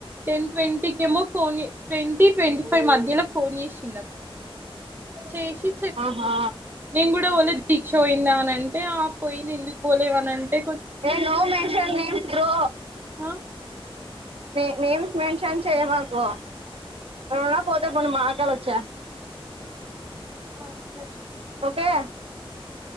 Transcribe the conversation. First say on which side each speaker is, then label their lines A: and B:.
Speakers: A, on the right; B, on the right.
A: టెన్ ట్వంటకేమో ఫోన్ చే ట్వంటీ ట్వంటీ ఫైవ్ మధ్య ల మీలా ఫోన్ చేసిందక్క చేసి
B: ఆహా
A: నేను కూడా పోలే <unintelligible> అని అంటే అంటే ఆ పోయింది ఎందుకు పోలేవనంటే
B: ఏ నో మెన్షన్ నేమ్ బ్రో
A: ఆ
B: నే నేమ్స్ మెన్షన్ చేయమాకు ఎవరన్నా పోతే పోనీ మాట్లాడి వచ్చా
A: ఓ అ <inaudible>
B: ఒకే